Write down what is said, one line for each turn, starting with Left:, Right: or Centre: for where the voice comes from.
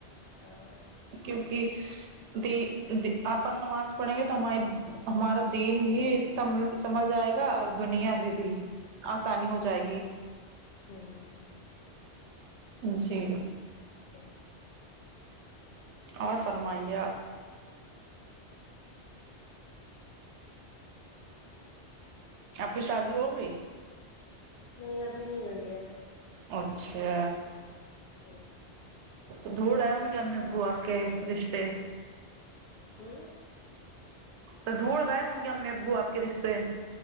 Left: ہاں
Right: کیونکہ تی تی اپن نماز پڑھیں گے تو ہماراری ہمارا دین بھی سم سنبھل جائے گا اور دنیا میں بھی آسانی ہو
Left: ہوں
Right: جائے گی
Left: ہوں
Right: جی
Left: ہوں ہوں
Right: اور فرمائییا آپ کی شادی ہوگئی
Left: نہیں ابھی نہیں ہوئی ہے
Right: اچھا
Left: ہوں
Right: تو دوھڑ آئے ہوں گے ہم میں ابو آپ کے رشتے
Left: ہوں
Right: تو دھونڈ رہے ہوں گے ہم امی ابو آپ کے رشتے